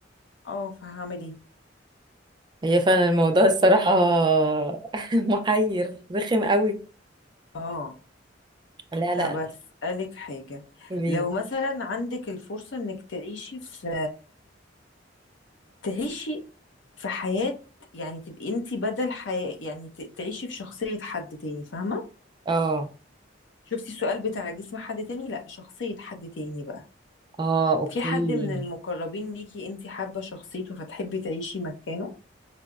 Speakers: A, on the left; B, on the right.
A: اه فهعمل ايه
B: هي فعلا الموضوع الصراحه <laughs> محير رخم قوي
A: اه
B: لا
A: طب
B: لا
A: اسألك حاجة
B: قوليلي
A: لو مثلا عندك الفرصة انك تعيشي في تعيشي في حياة يعني تبقي انتي بدل حياة يعني ت- تعيشي في شخصية حد تاني فاهمة
B: اه
A: شفتي السؤال بتاع جسم حد تاني لا شخصية حد تاني بقى
B: اه اوكي
A: في حد من المقربين ليكي انتي حابة شخصيته فتحبي تعيشي مكانه